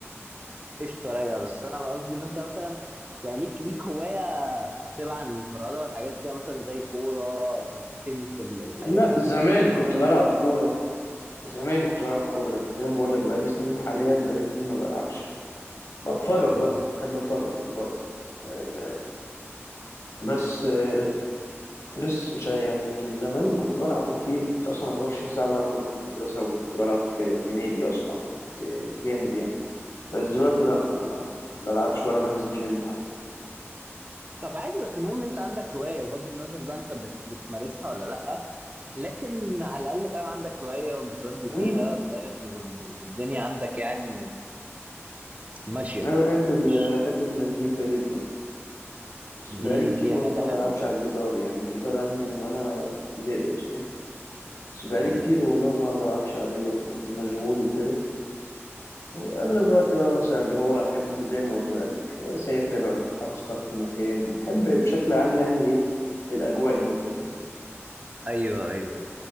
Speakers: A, on the right; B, on the left.
A: قشطه رايقه بس انا بقى قصدي ان انت مثلا يعني ليك ليك هوايه تبعا للفرهده والحاجات كده مثلا زي كوره تنس ال- الحاجات
B: لا
A: دي
B: زمان
A: ليك
B: كنت
A: هوايات
B: بلعب
A: زي دي
B: كورة زمان كنت بلعب كورة لكن زي ما بقول لك بقالي سنين حاليا بقالي سنين ما بلعبش بتفرج
A: اه
B: بقى بحب اتفرج دلوقتي آه، بس آه، بس مش عارف يعني لكن زمان كنت بلعب آه، كتير كنت اصلا 24 ساعة بلعب كورة في المدرسة وكنت بلعب في, في نادي اصلا كنت جامد يعني بس دلوقتي لا ما بلعبش ولا بنزل جيم حتى
A: طب عادي بس المهم انت عندك هوايه بغض النظر بقى انت بت بتمارسها ولا لا لكن على الاقل فاهم عندك هوايه وبتودي
B: مم.
A: فيها فاهم وال- وال- والدنيا عندك يعني ماشيه
B: انا بحب ال...
A: مش
B: بحب المزيكا جدا بس
A: دي
B: بقالي كتير
A: دي حاجه
B: برضه
A: حلوه
B: ما بلعبش على الجيتار يعني الجيتار عندي من وانا في ابتدائي اصلا بس بقالي
A: امم
B: كتير والله ما بلعبش عليه برضه عشان مشغول وكده واغلب الوقت بقى مثلا اللي هو احب زي ما قلت لك اسافر اروح اسهر في مكان احب بشكل عام يعني ايه الاجواء دي فاهم
A: ايوه ايوه